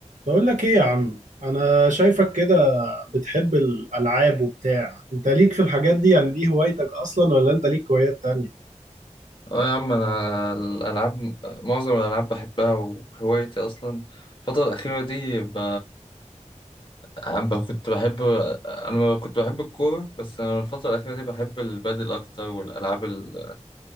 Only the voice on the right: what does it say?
بقول لك ايه يا عم انا شايفك كده بتحب الالعاب وبتاع انت ليك في الحاجات دي يعني دي هوايتك اصلا ولا انت ليك هوايات تانية